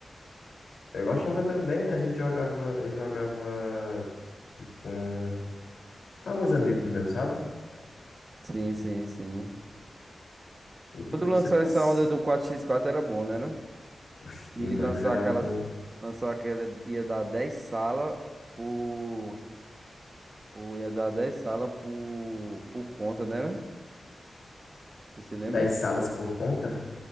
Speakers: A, on the left (about 80°); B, on the right (about 45°).
A: Eu gostava
B: E-
A: também, a gente jogava. Eu jogava. Tipo, com. Com alguns amigos meus, sabe?
B: Sim, sim, sim.
A: E tipo,
B: Quando lançou
A: você cons...
B: essa onda do quatro x quatro era bom, né?
A: Oxe, demais.
B: E lançou
A: Eu jogava
B: aquelas.
A: com.
B: Lançou aquela. Ia dar 10 salas por, por. Ia dar 10 salas por. Por conta, né? era? Você lembra?
A: Das salas por conta?